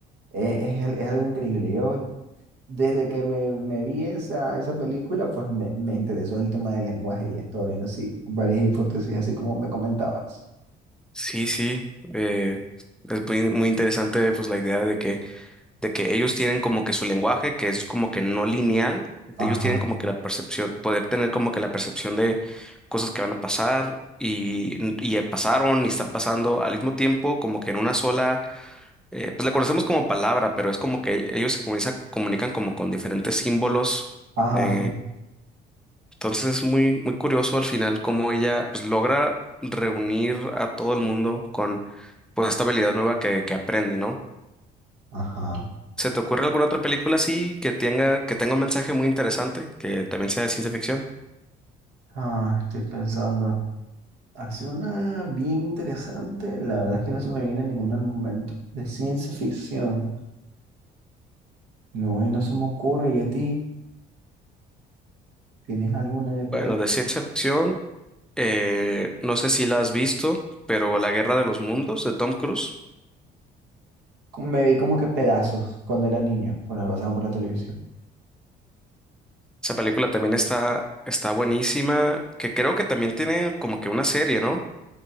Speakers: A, on the right; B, in the centre.
A: Es, es al- es algo increíble. Yo, desde que me, me vi esa, esa película, pues me, me interesó el tema del lenguaje y he estado viendo así varias hipótesis, así como me comentabas.
B: Sí, sí, eh, es muy, muy interesante pues la idea de que, de que ellos tienen como que su lenguaje, que es como que no lineal,
A: Ajá,
B: ellos tienen como que la percepción, poder tener como que la percepción de cosas que van a pasar y, y ya pasaron y están pasando al mismo tiempo, como que en una sola eh, pues la conocemos como palabra, pero es como que ellos se comunican, comunican como con diferentes símbolos.
A: ajá,
B: eh,
A: sí,
B: entonces es muy, muy curioso al final cómo ella pues, logra reunir a todo el mundo con pues esta habilidad nueva que, que aprende, ¿no?
A: ajá.
B: ¿Se te ocurre alguna otra película así que tenga, que tenga un mensaje muy interesante, que también sea de ciencia ficción?
A: Ah, estoy pensando. Hace una bien interesante, la verdad es que no se me viene ninguna al momento, de ciencia ficción. No, y no se me ocurre. ¿Y a ti? ¿Tienes alguna de por
B: Bueno,
A: ahí?
B: de ciencia ficción, eh, no sé si la has visto, pero La Guerra de los Mundos de Tom Cruise.
A: Me vi como que pedazos cuando era niño, cuando la pasaban por la televisión.
B: Esa película también está, está buenísima, que creo que también tiene como que una serie, ¿no?